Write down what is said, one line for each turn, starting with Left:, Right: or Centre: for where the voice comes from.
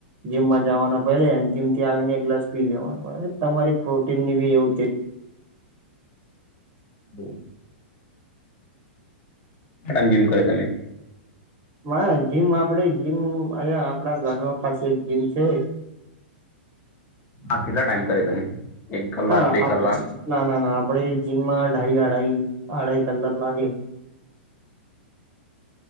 Right: જીમમાં જવાના પહેલે જીમ થી આવીને એક ગ્લાસ પી લેવાનો હો તમારી પ્રોટીન ની બી એવું થ.
Left: <inaudible> હટમ જીમ કરો તમે.
Right: હવારમાં જીમ આપડે જીમ અહયા આપડા ઘરનો પાસે જીમ છે.
Left: હા કેટલા ટાઈમ કરે તમે. એક કલાક
Right: હા
Left: બે
Right: આપ
Left: કલાક
Right: ના ના ના આપડે. જીમમાં અઢાઈ અઢાઈ અઢાઈ કલાક લાગે.